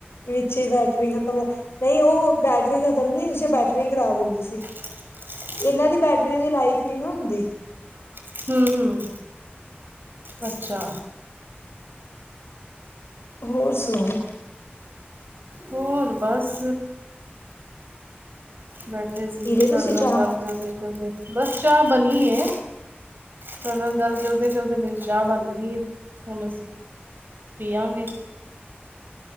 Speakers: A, on the left; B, on the right.
A: ਵਿੱਚ ਹੀ ਬੈਟਰੀ ਖਤਮ ਹੋ ਨਹੀਂ ਓਹ ਬੈਟਰੀ ਖ਼ਤਮ ਨੀ ਹੋਈ ਸੀ ਓਹ ਬੈਟਰੀ ਹੀ ਖ਼ਰਾਬ ਹੋ ਗੀ ਸੀ।
B: <inaudible>
A: ਏਨਾਂ ਦੀ ਬੈਟਰੀ ਦੀ ਲਾਈਫ ਨੀ ਨਾ ਹੁੰਦੀ।
B: <inaudible> ਹੂੰ- ਹੂੰ ਅੱਛਾ।
A: ਹੋਰ ਸੁਣਾਓ।
B: ਹੋਰ ਬਸ ਬੈਠੇ ਸੀ
A: ਪੀ ਲਈ ਤੁਸੀਂ
B: ਤਵਾਡੇ ਨਾਲ
A: ਚਾਹ
B: ਗੱਲ ਕਰਦੇ-ਕਰਦੇ ਬਸ ਚਾਹ ਬਣੀ ਏ। ਤੁਹਾਣੇ ਨਾਲ ਗੱਲ ਕਰਦੇ-ਕਰਦੇ ਮੇਰੀ ਚਾਹ ਬਣ ਗਈ ਏ ਹੁਣ ਅਸੀਂ ਪੀਆਂਗੇ।